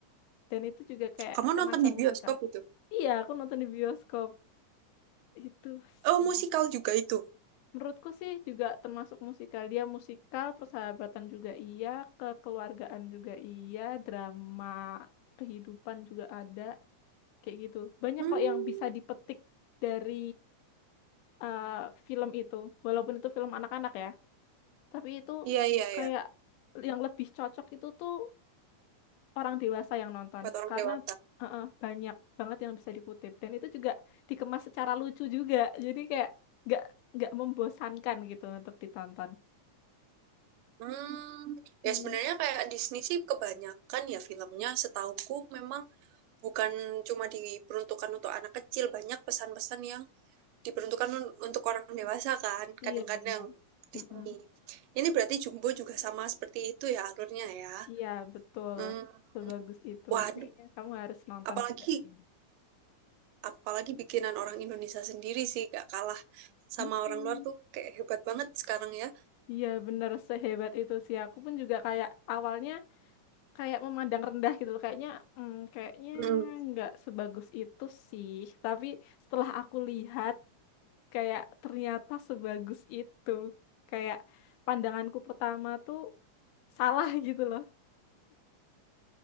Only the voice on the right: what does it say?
Kamu
nonton di bioskop
itu?
Oh,
musikal juga itu.
Hmm.
Iya, iya,
iya.
Buat orang
dewasa.
Hmm.
Ya sebenarnya kayak Disney sih kebanyakan ya filmnya setauku memang bukan cuma diperuntukkan untuk anak kecil, banyak pesan-pesan yang diperuntukkan un- untuk orang dewasa kan, kadang-kadang
Disney.
Ini berarti Jumbo juga sama seperti itu ya alurnya ya.
Hmm.
Waduh,
apalagi
apalagi bikinan orang Indonesia sendiri sih gak kalah sama
orang luar tuh kayak hebat banget sekarang ya.
Hmm.